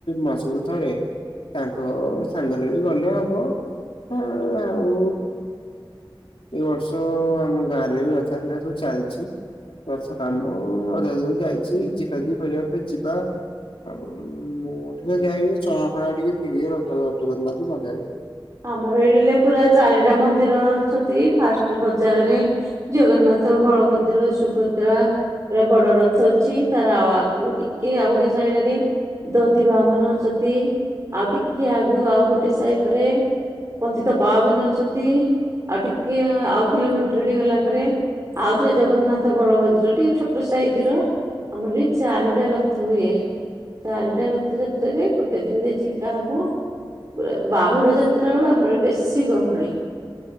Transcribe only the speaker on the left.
ମାସକୁ ଥରେ। ତାଙ୍କ ସାଙ୍ଗରେ ବି ଗଲେ ହବ ଆ ଆଉ ଏ ବର୍ଷ ଆମ ଗାଁରେ ବି ରଥାଯାତ୍ରା ସବୁ ଚାଲିଛି। ଗଛ କାମ ଅଧା ଅଧି ଯାଇଛି ଯିବା କରିବା ପାଇଁ ଯିବା। ଆଉ ମୁଁ ଟିକେ ଯାଇଛିି ଚା ଫା ଟିକେ ପିଏ <unintelligible> ମଜାରେ